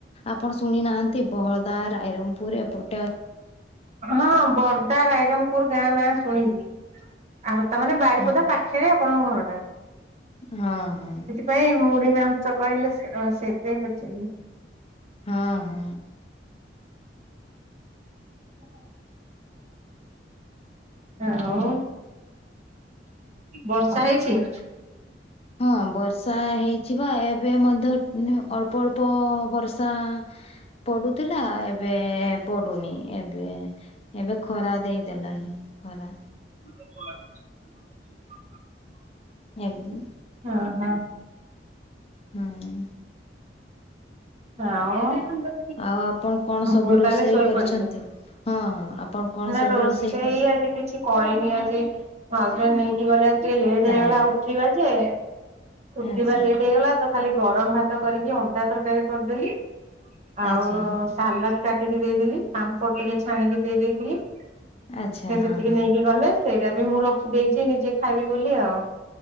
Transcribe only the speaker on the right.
ହଁ ବର୍ଦ୍ଦା ରାଇରଙ୍ଗପୁର ଗାଆଁ ନାଁଆ ଶୁଣିିଚି। ଆଉ ତାମାନେ ବାରିପଦା
ପାଖେରେ ଆପଣଙ୍କ ଘରଟା?
ନାଇଁ ମୁଢି ମାଂସ କହିଲେ ସେ-ସେଇଥିପାଇଁ ପଚାରିଲି।
<inaudible> ଆଉ ବର୍ଷା ହେଇଚି।
<inaudible>
ଅ ହ।
ଆଉ ତମ
ପୁଅ
ତାହଲେ ଶୋଇ
ପଡିଚି।
ନା
ରୋଷେଇ
ଆଜି କି କିଛି କରିନି ଆଜି ହଜବେଣ୍ଡ ନେଇକି ଗଲେ ଆଜି ଟିକେ ଲେଟ୍
ହେଇଗଲା ଆଉ ଉଠିବା ଯେ ଉଠିବା
ଲେଟ୍ ହେଇଗଲା ତ ଖାଲି ଗରମ୍ ଭାତ କରିକି ଅଣ୍ଡା ତରକାରୀ କରିଦେଲି। ଆଉ
ସାଲଟ୍ କାଟିକି ଦେଇଦେଲି। ପାମ୍ପଡ ଟିକେ ଛାଣିକି ଦେଇ ଦେଇଥିଲି। ସିଏ
ସେତିକି
ନେଇକି ଗଲେ। ସେଇଟା ବି ମୁଁ ରଖିଦେଇଚି ନିଜେ ଖାଇବି ବୋଲି ଆଉ।